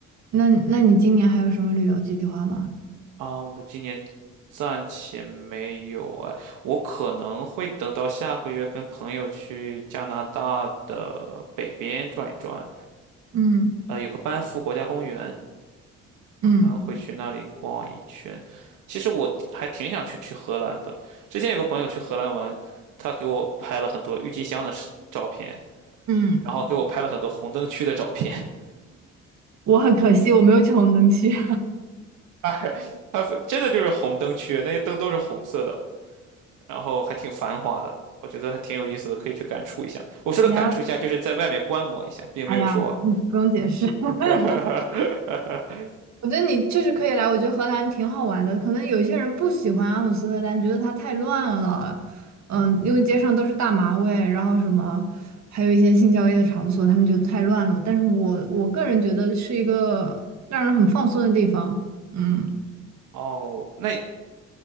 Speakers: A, on the right (about 65°); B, on the right (about 85°).
A: 那那你今年还有什么旅游计划吗？
B: 啊，我今年暂且没有哎，我可能会等到下个月跟朋友去加拿大的北边转一转，
A: 嗯
B: 呃，有个班夫国家公园，可能会去那里逛一圈。
A: 嗯
B: 其实我还挺想去去荷兰的。之前有个朋友去荷兰玩，他给我拍了很多郁金香的视照片，
A: 嗯，
B: 然后给我拍了很多红灯区的照片。
A: 我很可惜，我没有去红灯区。<laughs>
B: <laughs> 他还他真的就是红灯区，那些灯都是红色的，然后还挺繁华的。我觉得还挺有意思的，可以去感触一下。我说的感触一下，
A: 你要，
B: 就是在外面观摩一下，并没有说。
A: 哎呀，不，不用解释。<laughs>
B: <laughs>
A: 我觉得你确实可以来，我觉得荷兰挺好玩的。可能有一些人不喜欢阿姆斯特丹，觉得它太乱了，嗯，因为街上都是大麻味，然后什么，还有一些性交易的场所，他们觉得太乱了。但是我我个人觉得是一个让人很放松的地方。嗯
B: 哦，那